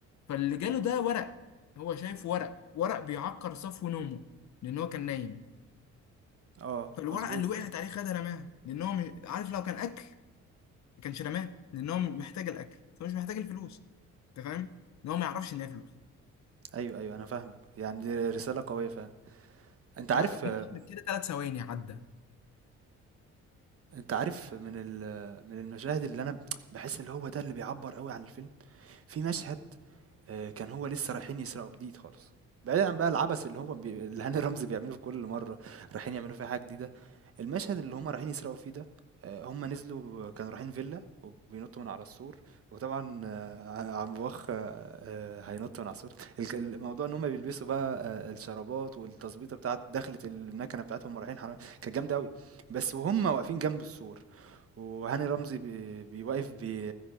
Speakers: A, on the left; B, on the right.
A: فاللي جاله ده ورق هو شايف ورق ورق بيعكر صفو نومه لان هو كان نايم
B: آه،
A: فالورقه
B: مضبوط،
A: اللي وقعت عليه خدها رماها لان هو مش- عارف لو كان اكل ما كانش رماها لان هو محتاج الاكل فمش محتاج الفلوس انت فاهم ان هو ما يعرفش ان هي فلوس
B: أيوه، أيوه، أنا فاهمك، يعني دي رسالة قوية فعلًا، أنت
A: فمشهد
B: عارف آه،
A: كده ثلاث ثواني عدى
B: أنت عارف من ال من المشاهد اللي أنا باحس اللي هو ده اللي بيعبّر أوي عن الفيلم، في مشهد آه، كان هو لسه رايحين يسرقوا جديد خالص بعيدا عن بقى العبث اللي هو بي... اللي هاني رمزي بيعمله في كل مره رايحين يعملوا فيها حاجه جديده المشهد اللي هم رايحين يسرقوا فيه ده آه، هم نزلوا كانوا رايحين فيلا وبينطوا من على السور وطبعا آه، عم بوخ آه، هينط من على السور الك- الموضوع ان هم بيلبسوا بقى آه، الشرابات والتظبيطه بتاعت دخلة المكنه بتاعتهم ورايحين حرامية كانت جامده قوي بس وهم واقفين جنب السور وهاني رمزي بي- بيوقف بي